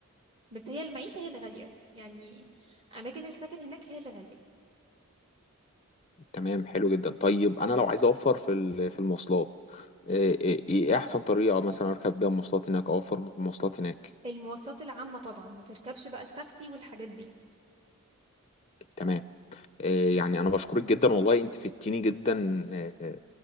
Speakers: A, on the right; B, on the left.
A: بس هي المعيشة هي اللي غالية يعني أماكن السكن هناك هي اللي غالية
B: تمام حلو جدا طيب انا لو عايز اوفر في ال- في المواصلات آه، ايه إيه احسن طريقة مثلا اركب بيها مواصلات هناك او اوفر مواصلات هناك
A: المواصلات العامة طبعا ما تركبش بقى التاكسي والحاجات دي
B: تمام آه، يعني انا بشكرك جدا والله انت فدتيني جدا آه، آه،